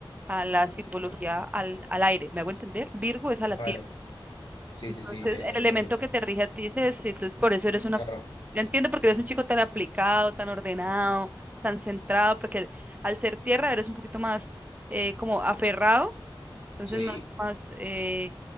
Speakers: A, on the right; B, on the left.
A: a la simbología al, al aire, ¿me hago entender? Virgo es a la
B: Vale.
A: tierra.
B: Sí,
A: Entonces,
B: sí, sí, eh,
A: el elemento que te rige a ti es ese, entonces por eso eres una,
B: claro,
A: yo entiendo porque eres un chico tan aplicado, tan ordenado, tan centrado, porque al, al ser tierra eres un poquito más eh, como aferrado, entonces
B: sí,
A: más, más eh,